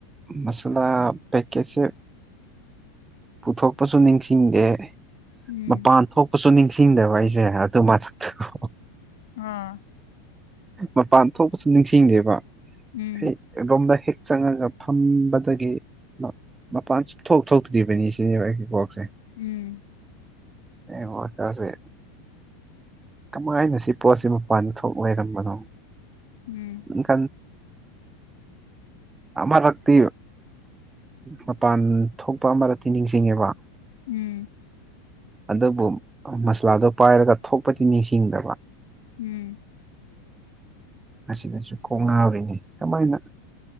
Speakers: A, on the right; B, on the left.
A: ꯃꯁꯂꯥ ꯄꯦꯛꯀꯦꯠꯁꯦ ꯄꯨꯊꯣꯛꯄꯁꯨ ꯅꯤꯡꯁꯤꯡꯗꯦ
B: ꯎꯝ
A: ꯃꯄꯥꯟ ꯊꯣꯛꯄꯁꯨ ꯅꯤꯡꯁꯤꯡꯗꯕ ꯑꯩꯁꯦ ꯑꯗꯨ ꯃꯊꯛꯗꯀꯣ
B: ꯍꯥꯥ
A: ꯃꯄꯥꯟ ꯊꯣꯛꯄꯁꯨ ꯅꯤꯡꯁꯤꯡꯗꯦꯕ
B: ꯎꯝ
A: ꯑꯩ ꯑꯗꯣꯝꯗ ꯍꯦꯛ ꯆꯪꯉꯒ ꯐꯝꯕꯗꯒꯤ ꯃꯄꯥꯟ ꯁꯨꯡꯊꯣꯛ ꯊꯣꯛꯇ꯭ꯔꯤꯕꯅꯤ ꯁꯤꯅꯦꯕ ꯑꯩꯒꯤ ꯀꯣꯛꯁꯦ
B: ꯎꯝ
A: ꯑꯩ ꯋꯥꯀꯁꯦ ꯀꯃꯥꯏꯅ ꯁꯤ ꯄꯣꯠꯁꯤ ꯃꯄꯥꯟꯗ ꯊꯝ ꯑꯣꯏꯔꯝꯕꯅꯣ
B: ꯎꯝ
A: ꯟ ꯑꯃꯔꯛꯇꯤ ꯃꯄꯥꯟ ꯊꯣꯛꯄ ꯑꯃꯗꯗꯤꯤ ꯅꯤꯡꯁꯤꯡꯉꯦꯕ
B: ꯎꯝ
A: ꯑꯗꯨꯕꯨ ꯃꯁꯥꯂꯥꯗꯣ ꯄꯥꯏꯔꯒ ꯊꯣꯛꯄꯗꯤ ꯅꯤꯡꯁꯤꯡꯗꯕ
B: ꯎꯝ
A: ꯑꯁꯤꯗꯁꯨ ꯀꯣꯡ ꯉꯥꯎꯔꯤꯅꯤ ꯀꯃꯥꯏꯅ